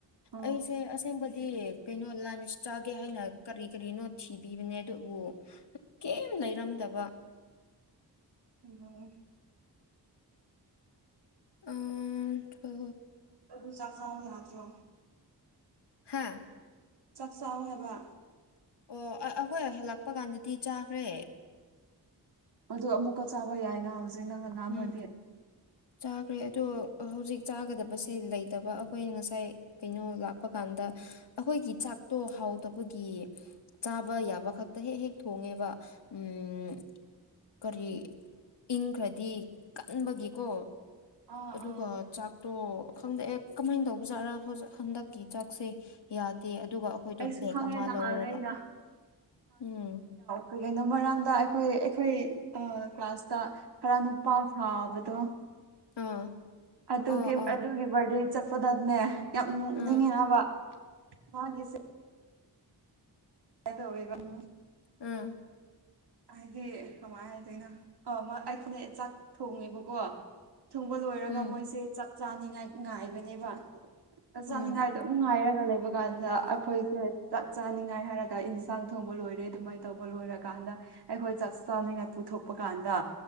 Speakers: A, on the right (about 75°); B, on the left (about 80°).
A: ꯑꯥ
B: ꯑꯩꯁꯦ ꯑꯁꯦꯡꯕꯗꯤ ꯗꯤ ꯀꯩꯅꯣ ꯂꯟꯁ ꯆꯥꯒꯦ ꯍꯥꯏꯅ ꯀꯔꯤ ꯀꯔꯤꯅꯣ ꯊꯤꯕꯤꯕꯅꯦ ꯑꯗꯨꯕꯨ ꯀꯦꯝ ꯂꯩꯔꯝꯗꯕ
A: ꯎꯝ
B: ꯑꯝ ꯊꯣ
A: ꯑꯗꯨ ꯆꯥꯛ ꯆꯥꯕ ꯌꯥꯗ꯭ꯔꯣ
B: ꯍꯥꯥ
A: ꯆꯥꯛ ꯆꯥꯎ ꯍꯥꯏꯕ
B: ꯑꯣ ꯑꯥ ꯑꯩꯈꯣꯏ ꯍꯦꯜꯂꯛꯄ ꯀꯥꯟꯗꯗꯤ ꯆꯥꯈ꯭ꯔꯦ
A: ꯑꯗꯨ ꯑꯃꯨꯛꯀ ꯆꯥꯕ ꯌꯥꯏꯅ ꯍꯧꯖꯤꯛ ꯅꯪꯅ ꯂꯥꯝꯃꯗꯤ
B: ꯎꯝ ꯆꯥꯈ꯭ꯔꯦ ꯑꯗꯨ ꯍꯧꯖꯤꯛ ꯆꯥꯒꯗꯕꯁꯦ ꯂꯩꯇꯕ ꯑꯈꯣꯏ ꯉꯁꯥꯏ ꯀꯩꯅꯣ ꯂꯥꯛꯄ ꯀꯥꯟꯗ ꯑꯈꯣꯏꯒꯤ ꯆꯥꯛꯇꯣ ꯍꯥꯎꯇꯕꯒꯤ ꯆꯥꯕ ꯌꯥꯕ ꯈꯛꯇ ꯍꯦꯛ ꯍꯦꯛ ꯊꯣꯡꯉꯦꯕ ꯎꯝ ꯀꯔꯤ ꯏꯪꯈ꯭ꯔꯗꯤ ꯀꯟꯕꯒꯤꯀꯣ
A: ꯑꯥ
B: ꯑꯗꯨꯒ
A: ꯑꯥ
B: ꯆꯥꯛ ꯇꯣ ꯈꯪꯗꯧ ꯑꯩ ꯀꯃꯥꯏꯟ ꯇꯧꯕꯖꯥꯠꯔ ꯍꯧꯖꯤ ꯍꯟꯗꯛꯀꯤ ꯆꯥꯛꯁꯦ ꯌꯥꯗꯦ ꯑꯗꯨꯒ ꯑꯩꯈꯣꯏꯗꯣ
A: ꯑꯩꯁꯨ
B: ꯕꯦꯛ
A: ꯈꯪꯉꯦ
B: ꯑꯃ
A: ꯅꯍꯥꯟ
B: ꯂꯧꯔꯒ
A: ꯑꯩꯅ
B: ꯎꯝ
A: ꯀꯩ ꯀꯅꯣ ꯃꯔꯝꯗ ꯑꯩꯈꯣꯏ ꯑꯩꯈꯣꯏ ꯀ꯭ꯂꯥꯁꯇ ꯈꯔ ꯅꯨꯄꯥ ꯁꯥꯕꯗꯣ
B: ꯑꯥ
A: ꯑꯗꯨꯒꯤ
B: ꯑꯣ ꯑꯣ
A: ꯑꯗꯨꯒꯤ ꯕꯥꯔꯗꯦ ꯆꯠꯄꯗꯅꯦ ꯌꯥꯝ ꯅꯣꯛꯅꯤꯡꯉꯤ
B: ꯑꯥ
A: ꯍꯥꯏꯕ ꯋꯥꯒꯤ ꯆꯠ <unintelligible>
B: ꯑꯝ
A: ꯍꯥꯏꯗꯤ ꯀꯃꯥꯏ ꯍꯥꯏꯗꯣꯏꯅꯣ ꯑꯧ ꯑꯃ ꯑꯩꯈꯣꯏꯅ ꯆꯥꯛ ꯊꯣꯡꯉꯦꯕꯀꯣ ꯊꯣꯡꯕ ꯂꯣꯏꯔꯒ
B: ꯎꯝ
A: ꯃꯣꯏꯁꯦ ꯆꯥꯛ ꯆꯥꯅꯤꯡꯉꯥꯏ ꯉꯥꯏꯕꯅꯦꯕ ꯆꯥꯛ
B: ꯎꯝ
A: ꯆꯥꯅꯤꯡꯉꯥꯏꯗꯣ ꯅꯨꯡꯉꯥꯏꯔꯒ ꯂꯩꯕ ꯀꯥꯟꯗ ꯑꯩꯈꯣꯏꯁꯦ ꯆꯥꯛ ꯆꯥꯅꯤꯉꯥꯏ ꯍꯥꯏꯔꯒ ꯏꯟꯁꯥꯡ ꯊꯣꯡꯕ ꯂꯣꯏꯔꯦ ꯑꯗꯨꯃꯥꯏꯅ ꯇꯧꯕ ꯂꯣꯢꯔꯀꯥꯟꯗ ꯑꯩꯈꯣꯏ ꯆꯥꯛ ꯆꯥꯅꯤꯉꯥꯏ ꯄꯨꯊꯣꯛꯄ ꯀꯥꯟꯗ